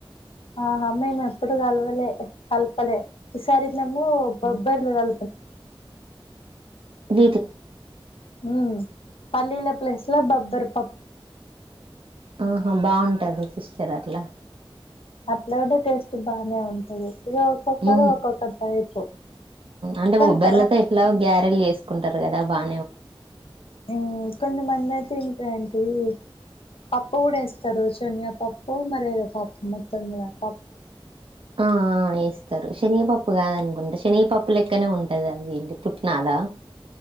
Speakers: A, on the left (about 80°); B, on the right (about 70°).
A: ఆహా మేము ఎప్పుడు కలవలే కల్పలే ఈసారి మేము బబ్బర్లు కల్ పన్నం
B: వీట్లోనా
A: ఉ పల్లీల ప్లేస్‌లో బబ్బర్ పప్పు
B: ఆహా బాగుంటది సిస్ సెరట్లా
A: అప్లైడ్ టేస్ట్ బానే ఉంటది ఇక ఒక్కొక్కరు
B: ఉ
A: ఒక్కొక్క టైపు
B: అంటే
A: కొంత
B: బొబ్బర్లుతో ఎట్లా గో గ్యారెల్ చేస్తా కుంటారు గదా బాగానే ఉంటది.
A: ఆ కొంతమంది అయితే ఇంకా ఏంటిది పప్పు కూడా వేస్తారు శనగపప్పు మరి ఏదో పప్పు మొత్తం మీద పప్పు.
B: ఆ ఎస్తారు శనపప్పు కాదనుకుంట శనపప్పు లెక్కనే ఉంటంది అద ఏండి పుట్నాల.